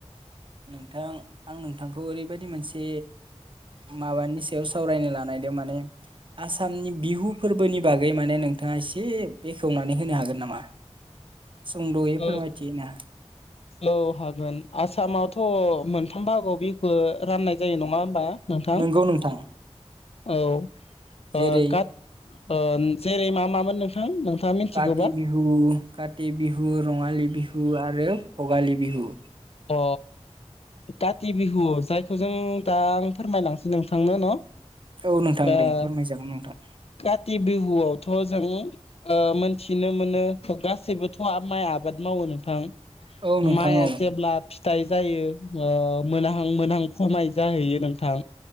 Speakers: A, on the right; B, on the left.
A: नोंथां आं नोंथांखौ ओरैबायदि मोनसे माबानि सायाव सावरायनो लानायदों माने आसामनि बिहु फोरबोनि बागै माने नोंथाङा एसे बेखेवनानै होनो हागोन नामा? सुंद'यै
B: हागोन
A: फोरमायथि ना
B: औ हागोन आसामावथ' मोनथाम भाहागोआव बि खो राननाय जायो नङा होमबा नोंथां?
A: नंगौ नोंथां
B: औ
A: जेरै
B: ओ खाथ ओम जेरै मा मामोन नोंथां? नोंथाङा मिथिगौबा
A: काथि बिहु काथि बिहु रङालि बिहु आरो भगालि बिहु
B: अ काथि बिहुआव जाय थ जों दा आं फोरमायलांनोसै नोंथांनो न'
A: औ नोंथां
B: ओ
A: दे फोरमाय जागोन नोंथां
B: काति बिहुआवथ' जों ओ मोनथिनो मोनो गासैबोथ' माइ आबाद मावो नोंथां
A: औ नोंथां
B: माइआ
A: औ
B: जेब्ला फिथाइ जायो ओ मोनहां मोनहां खमाय जाहैयो नोंथां